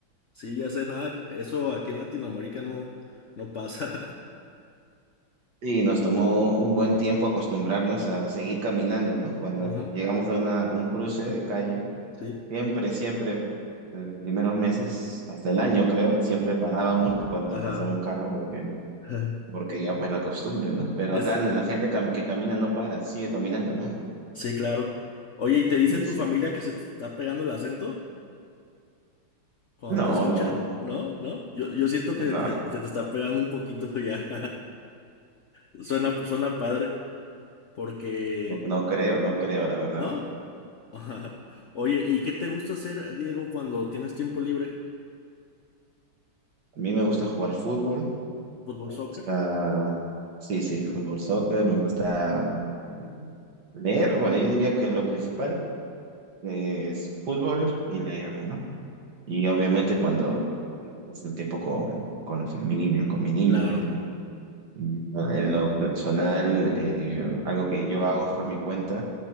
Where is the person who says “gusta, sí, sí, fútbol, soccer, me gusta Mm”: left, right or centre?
Right